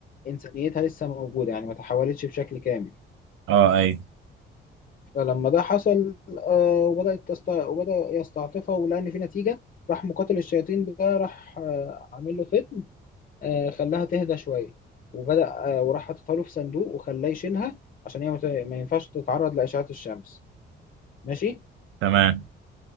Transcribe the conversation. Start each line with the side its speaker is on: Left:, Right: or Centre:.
Left: إنسانيتها لسه موجودة يعني ما تحولتش بشكل كامل
Right: اه ايوه
Left: فلما ده حصل آه، وبدأت تست... وبدأ يستعطفها ولقى إن في نتيجة راح مقاتل الشياطين ده راح آه، عامل له فت آه، خلاها تهدى شوية وبدأ آه، وراح حاططها له في صندوق وخلاه يشيلها عشان هي ما ت- ما ينفعش تتعرض لأشعة الشمس ماشي
Right: تمام